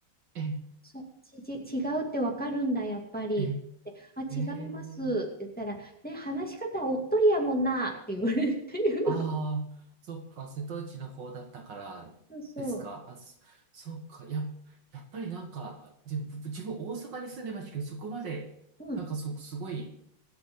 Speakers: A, on the right; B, in the centre.
A: ええ、
B: そう、ち、ち、違うってわかるんだ、やっぱり。
A: え
B: ってあ、違いますって言ったら、
A: え、ええ
B: ね、話し方おっとりやもんなって言われるっていう。
A: ああ、そっか、瀬戸内の方だったからですか。
B: そうそう。
A: あ、そ、そっか、や、やっぱりなんか、でも僕自分大阪に住んでましたけど、そこまで、
B: うん、
A: なんかそ、すごい